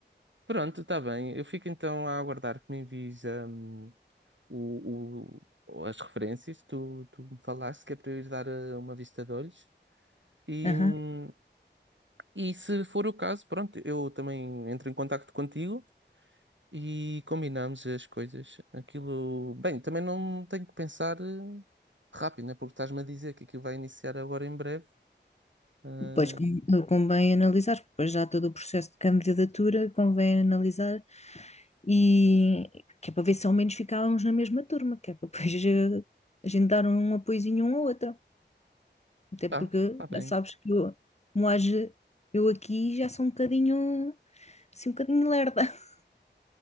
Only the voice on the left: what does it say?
Aham.
Pois com- convém analisar, porque depois já todo o processo de candidatura convém analisar E que é para ver se ao menos ficávamos na mesma turma, que é para depois eh, a gente dar um apoiozinho um ao outro. Até
porque
já sabes que eu, como age, eu aqui já sou um bocadinho, assim, um bocadinho lerda. <laughs>